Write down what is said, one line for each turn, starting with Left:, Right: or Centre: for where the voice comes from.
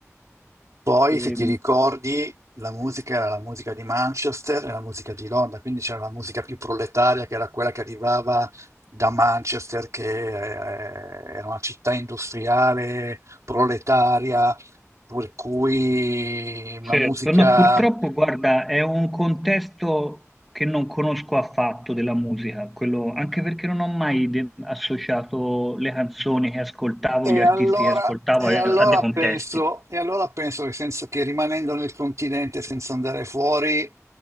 Right: Poi,
Centre: Ehm,
Right: se ti ricordi, la musica era la musica di Manchester e la musica di Londra, quindi c'era la musica più proletaria che era quella che arrivava da Manchester, che eh, era una città industriale, proletaria, per cui una
Centre: Certo,
Right: musica
Centre: no, purtroppo, guarda, è un contesto che non conosco affatto della musica, quello, anche perché non ho mai de- associato le canzoni che ascoltavo,
Right: E
Centre: gli artisti
Right: allora,
Centre: che ascoltavo
Right: e
Centre: a,
Right: allora
Centre: a dei contesti.
Right: penso, e allora penso che, senza, che rimanendo nel continente senza andare fuori,